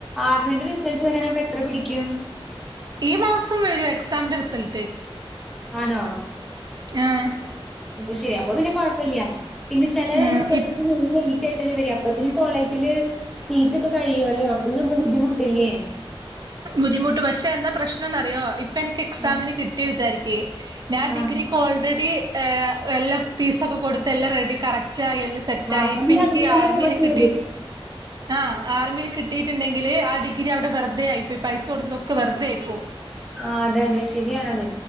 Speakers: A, in the centre; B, on the right.
A: ആർമീന്റെ റിപ്ലൈ വരാന് അപ്പ എത്ര പിടിക്കും
B: ഈ മാസം വരും എക്സാമിന്റെ റിസൾട്ട്
A: ആണോ
B: ആഹ്
A: അത് ശരി അപ്പൊ പിന്നെ കൊഴ്പ്പല്ല്യ പിന്നെ ചെലേ
B: ആഹ്
A: റിസൾട്ട്മുന്നേ
B: ഇ
A: ഈച്ച ആയിട്ടല്ല വരാ അതിന് കോളേജില് സീറ്റ് ഒക്കെ കഴിയുല്ലേ അപ്പോഴും നമ്മള് ബുദ്ധിമുട്ടില്ലേ
B: ബുദ്ധിമുട്ട് പക്ഷേ എന്താ പ്രശ്നംന്നറിയോ ഇപ്പൊ എനിക്ക് എക്സാമിന്
A: ആഹ്
B: കിട്ടി വിചാരിക്ക് ഞാൻ
A: ആഹ്
B: ഡിഗ്രിക്ക് ഓൾറെടി ഏഹ് എല്ലാ ഫീസൊക്കെ കൊടുത്ത് എല്ലാം റെഡി കറക്റ്റായി എല്ലാം സെറ്റായി
A: ആഹ് അപ്പൊ
B: ഇപ്പ
A: നീ
B: എനിക്ക്
A: അതിന് തന്നെ
B: ആർമിയിൽ
A: പോവണ്ടി
B: കിട്ടിട്ട് ആഹ് ആർമിയിൽ കിട്ടിട്ടുണ്ടങ്കില് ആ ഡിഗ്രി അവിടെ വെറുത ആയിപ്പോയി പൈസ കൊടുത്തതൊക്കെ വെറുതെ ആയിപ്പോവും
A: ആഹ് അതെ അതെ ശരിയാണത്